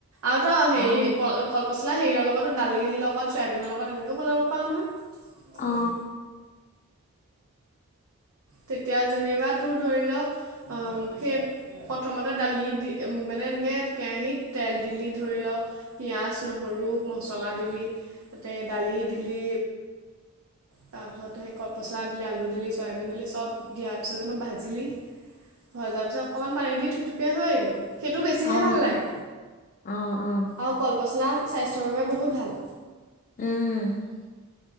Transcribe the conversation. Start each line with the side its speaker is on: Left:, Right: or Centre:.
Right: আৰু তই হেৰি
Left: অ
Right: কল পচলা হেৰিৰ লগতো দালিৰ লগত চয়াবিনৰ লগত এনেকৈও বনাব পাওঁ নহয়।
Left: অ
Right: তেতিয়া যেনিবা তোৰ ধৰি লও উম সেই প্ৰথমতে দালি দি মানে এনেকে কেৰাহীত তেল দিলি ধৰি লওক, পিঁয়াজ নহৰু মছলা দিলি। তাতে দালি দিলি। তাৰপিছত সেই কল পচলা দিলে আলু দিলি চয়াবিন দিলি চব দিয়াৰ পিছতে ভাজিলি। ভজাৰ পিছত অকণমান পানী দি থুপথুপিয়া হৈ গ'ল। সেইটো বেছিহে
Left: অ
Right: ভাল লাগে
Left: অ অ
Right: আৰু কলপচলা স্বাস্থ্যৰ বাবে বহুত ভাল।
Left: উম